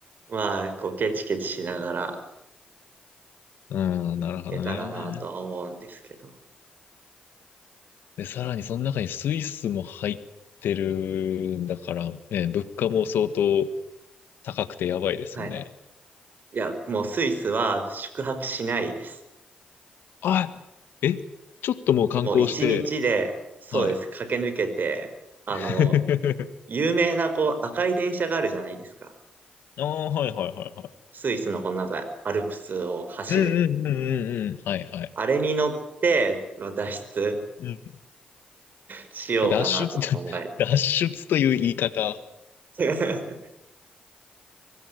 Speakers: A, on the right (about 60°); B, on the left (about 75°).
A: まあ、こう、ケチケチしながら
B: うん、なるほどね。
A: 行けたらなとは思うんですけど。
B: で、さらにその中にスイスも入ってるんだからね、物価も相当高くてやばいですよね。
A: はい。いや、もうスイスは宿泊しないです。
B: あ、え、ちょっともう観光して、
A: もう一日で、そうです、
B: はい。
A: 駆け抜けて、あの、
B: <laughs>
A: 有名なこう、赤い電車があるじゃないですか。
B: ああ、はいはいはいはい。
A: スイスのこのなんか、アルプスを走る。
B: うんうんうんうんうん。はいはい。
A: あれに乗って、まあ脱出
B: うん。
A: しようかなと考えて。
B: 脱出、<laughs> 脱出という言い方。
A: <laughs>